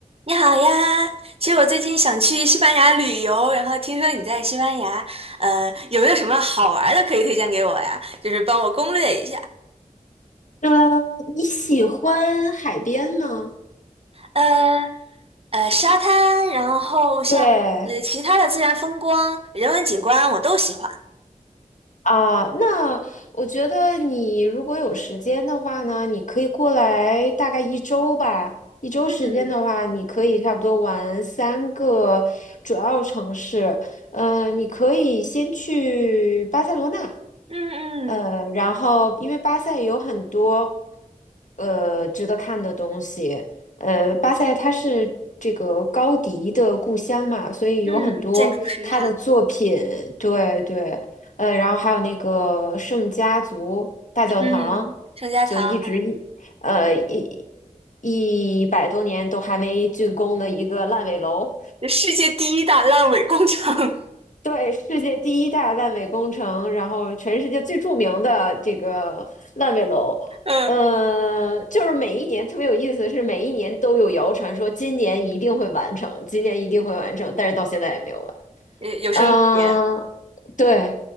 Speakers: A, on the right; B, on the left.
A: 你好呀，其实我最近想去西班牙旅游，然后听说你在西班牙，呃，有没有什么好玩儿的可以推荐给我呀？就是帮我攻略一下。
B: 呃，你喜欢海边吗？
A: 呃呃，沙滩，然后像呃其他的自然风光、
B: 对，
A: 人文景观，我都喜欢。
B: 啊，那我觉得你如果有时间的话呢，你可以过来大概一周吧。一周时间的话，
A: 嗯
B: 你可以差不多玩三个主要城市。呃，你可以先去巴塞罗那，
A: 嗯嗯
B: 呃，然后因为巴塞有很多呃值得看的东西，呃，巴塞它是这个高迪的故乡嘛，所以有很多他的作品，
A: 嗯，建筑师哈，
B: 对对。呃，然后还有那个圣家族大教堂，
A: 嗯，圣家堂，
B: 就一直一呃一
A: 嗯，
B: 一百多年都还没竣工的一个烂尾楼，
A: 世界第一大烂尾工程，
B: 对，世界第一大烂尾工程，然后全世界最著名的这个烂尾楼，
A: <laughs> 嗯，
B: 呃，就是每一年特别有意思，是每一年都有谣传说今年一定会完成，今年一定会完成，但是到现在也没有完。
A: 有有生之年，
B: 嗯，呃对，